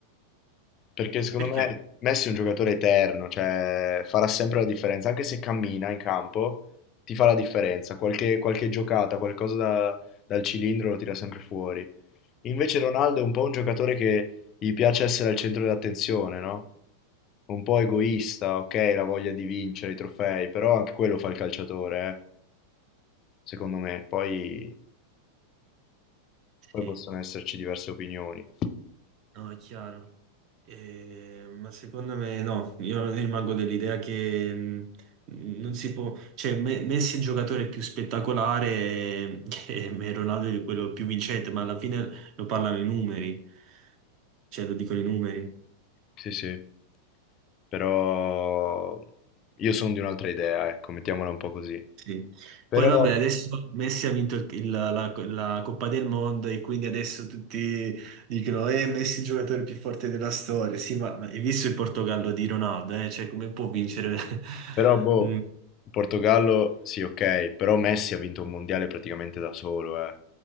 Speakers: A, on the left; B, on the right.
A: Perché secondo
B: Perché?
A: me Messi è un giocatore eterno, cioè farà sempre la differenza, anche se cammina in campo, ti fa la differenza, qualche, qualche giocata, qualcosa da- dal cilindro lo tira sempre fuori. Invece Ronaldo è un po' un giocatore che gli piace essere al centro dell'attenzione, no? un po' egoista, ok, la voglia di vincere i trofei, però anche quello fa il calciatore, eh, secondo me. Poi,
B: Sì.
A: poi possono esserci diverse opinioni.
B: No, è chiaro. Eh, ma secondo me no, io rimango dell'idea che mh, non si può, cioè Me- Messi è il giocatore più spettacolare e, e Ronaldo è quello più vincente, ma alla fine lo parlano i numeri, cioè lo dicono i numeri.
A: Sì, sì, però io sono di un'altra idea, ecco, mettiamola un po' così.
B: Sì.
A: Però,
B: Poi vabbè, adesso Messi ha vinto il- il- la, la Coppa del Mondo e quindi adesso tutti dicono eh, Messi è il giocatore più forte della storia. Sì, ma ma hai visto il Portogallo di Ronaldo? eh? Cioè, come può vincere? <laughs>
A: però, boh,
B: Mm,
A: il Portogallo, sì, ok, però Messi ha vinto un mondiale praticamente da solo, eh,